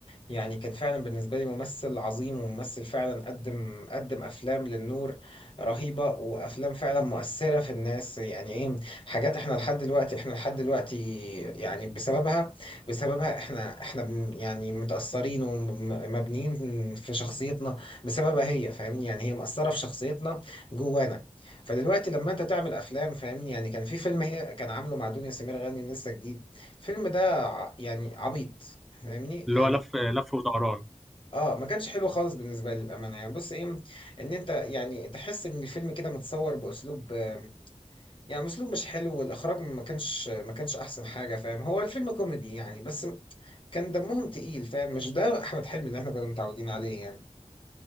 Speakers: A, on the left; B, in the centre.
A: يعني كان فعلا بالنسبة لي ممثل عظيم وممثل فعلا قدم قدم أفلام للنور رهيبة وأفلام فعلا مؤثرة في الناس يعني إيه حاجات إحنا لحد دلوقتي إحنا لحد دلوقتي يعني بسببها بسببها إحنا إحنا بن- يعني متأثرين ومبنيين في شخصيتنا بسببها هي فاهمني يعني هي مأثرة في شخصيتنا جوانا فدلوقتي لما أنت تعمل أفلام فاهمني يعني كان في فيلم هي كان عامله مع دنيا سمير غانم لسه جديد الفيلم ده ع- يعني عبيط فاهمني يعني
B: اللي هو لف لف ودوران
A: اه ما كانش حلو خالص بالنسبه لي للامانه يعني بص ايه ان انت يعني تحس ان الفيلم كده متصور باسلوب آه، يعني اسلوب مش حلو والاخراج ما كانش ما كانش احسن حاجه فاهم هو الفيلم كوميدي يعني بس كان دمهم تقيل فاهم مش ده احمد حلمي اللي احنا كنا متعودين عليه يعني